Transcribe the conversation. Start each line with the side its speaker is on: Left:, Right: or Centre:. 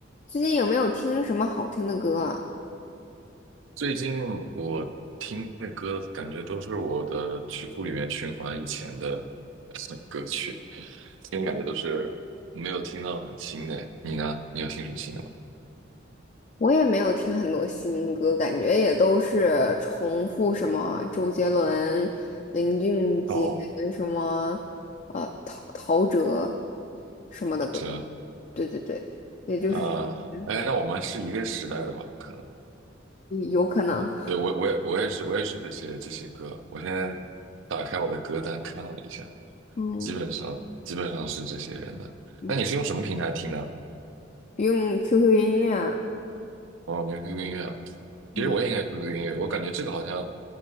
Left: 最近有没有听什么好听的歌啊？
Right: 最近我听的歌，感觉都是我的曲库里面循环以前的 <laughs> 歌曲，听感觉都是没有听到很新的。你呢？你有听什么新的吗？
Left: 我也没有听很多新歌，感觉也都是重复什么周杰伦、林俊杰什么，
Right: 哦，
Left: 呃，陶陶喆什么的歌。
Right: 好的，
Left: 对对对，也就是这嗯，
Right: 啊，哎，那我们是一个时代的吧？可能，
Left: 有可能，
Right: 对，我我也我也是我也是这些这些歌。我现在打开我的歌单看了一下，
Left: 嗯，
Right: 基本上基本上是这些人的。
Left: 嗯
Right: 那你是用什么平台听呢？
Left: 用 QQ 音乐，
Right: 哦，连 QQ 音乐啊，
Left: 嗯，
Right: 其实我也应该 QQ 音乐，我感觉这个好像